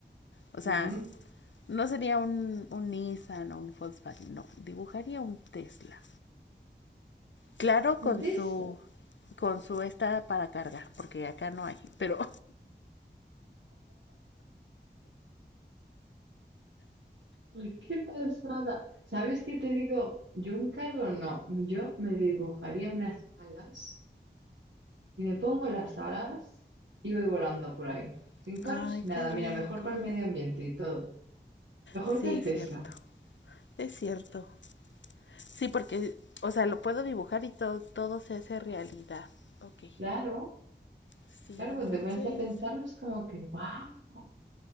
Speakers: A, on the left; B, on the right.
A: O sea,
B: mm,
A: No sería un, un Nissan o un Volkswagen, no. Dibujaría un Tesla. Claro,
B: un
A: con
B: Tesla.
A: su con su esta para cargar, porque acá no hay, pero
B: Ay, qué pasada. ¿Sabes qué te digo? Yo un carro no. Yo me dibujaría unas alas y me pongo las alas y voy volando por ahí.
A: <laughs>
B: Sin carro,
A: Ay,
B: sin
A: qué
B: nada.
A: rico.
B: Mira, mejor para el medio ambiente y todo. Mejor
A: Sí,
B: que el
A: es
B: Tesla.
A: cierto. Es cierto. Sí, porque, o sea, lo puedo dibujar y todo, todo se hace realidad. Ok.
B: Claro.
A: Sí,
B: Claro,
A: entonces.
B: cuando te pones a pensarlo es como que, wow.